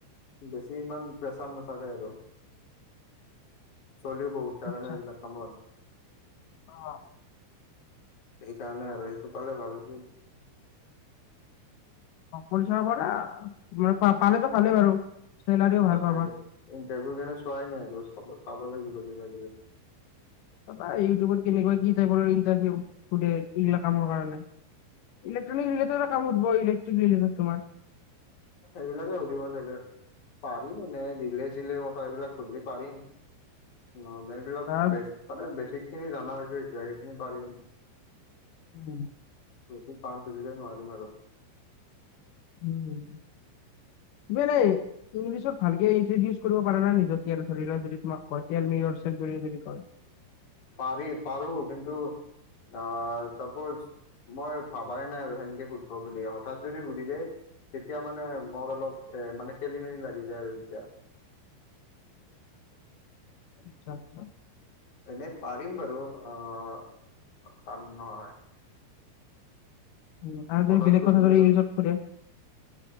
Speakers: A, on the left; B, on the left.
A: বেছি ইমান প্ৰেচাৰ নাথাকে আৰু। চলিও বহুত ধাদ
B: আচ্ছা
A: <unintelligible> নে এইবিলাক কামত।
B: অ',
A: এইকাৰণে আৰু সেইটো পালে ভাল আছিল।
B: কৰি চাব পাৰা মে পানীতো ভালেই বাৰু। চেলাৰীও ভাল
A: তাতেই
B: পাবা
A: টেবুলখিনি চোৱাই নাই গৈ চাব লাগিব কিবা কিবি লাগে।
B: তাপা ইউটিউবত কেনেকুৱা কি টাইপৰ ইটাৰভিউ সুধে এইবিলাক কামৰ কাৰণে। ইলেক্ট্ৰনিক নিলেত কাম উঠব ইলেক্ট্ৰনিক তোমাৰ
A: এইবিলাকে সুধিব চাগে পাৰিম এনেই দিলে চিলে কথা এইবিলাক সুধিলে পাৰিম। নলেজ বিলাক
B: তাৰ
A: বেস, মানে বেছিক খিনি জানা হৈছে এতিয়া সেইখিনি পাৰিম।
B: উম,
A: বেছিক কাম সুধিলে নোৱাৰিম আৰু।
B: উম, কেলে? <unintelligible> ইংলিছত ভালকে ইট্ৰডিউচ কৰিব পাৰ নাই নিজকে আৰু, ধৰি লোৱা যদি তোমাক কয় 'টেল মি ইউৰ সেল্ফ বুলি যদি কয়?
A: পাৰি পাৰো কিন্তু আহ চাপোজ মই ভাবাই নাই আৰু সেনেকে সুধিব বুলি হঠাৎ যদি সুধি দেই তেতিয়া মানে মোৰ অলপ এ মানে খেলি মেলি লাগি যায় আৰু তেতিয়া।
B: আচ্ছা-আচ্ছা।
A: এনেই পাৰিম বাৰু অ, টান নহয়।
B: উম, আৰু তু
A: হঠাৎ
B: বেলেগ
A: সুধিলে
B: কথা যদি
A: অলপ
B: ইংলিছত খুধে?